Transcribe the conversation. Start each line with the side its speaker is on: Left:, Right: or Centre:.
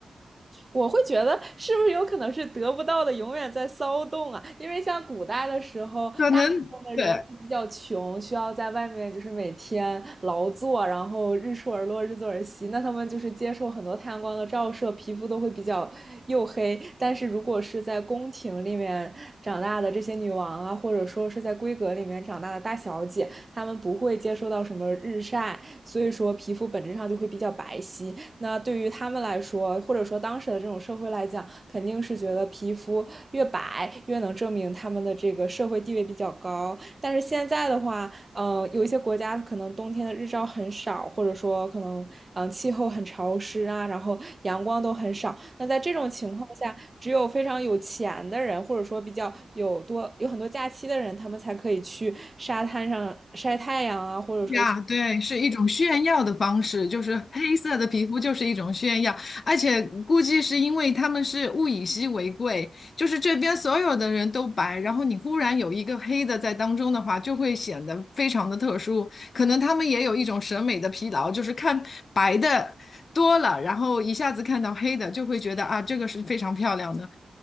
Right: 我会觉得是不是有可能是得不到的永远在骚动啊？因为像古代的时候，
Left: 可能。
Right: 大部分的人都比较穷，
Left: 对，
Right: 需要在外面就是每天劳作，然后日出而落，日作而息。那他们就是接受很多太阳光的照射，皮肤都会比较黝黑。但是如果是在宫廷里面长大的这些女王啊，或者说是在闺阁里面长大的大小姐，他们不会接受到什么日晒，所以说皮肤本质上就会比较白皙。那对于他们来说，或者说当时的这种社会来讲，肯定是觉得皮肤越白越能证明他们的这个社会地位比较高。但是现在的话，呃，有一些国家可能冬天的日照很少，或者说可能嗯、呃气候很潮湿啊，然后阳光都很少。那在这种情况下，只有非常有钱的人，或者说比较有多有很多假期的人，他们才可以去沙滩上晒太阳啊，或者说去。
Left: 呀，对，是一种炫耀的方式，就是黑色的皮肤就是一种炫耀，而且估计是因为他们是物以稀为贵，就是这边所有的人都白，然后你忽然有一个黑的在当中的话，就会显得非常的特殊。可能他们也有一种审美的疲劳，就是看白的多了，然后一下子看到黑的就会觉得啊，这个是非常漂亮的。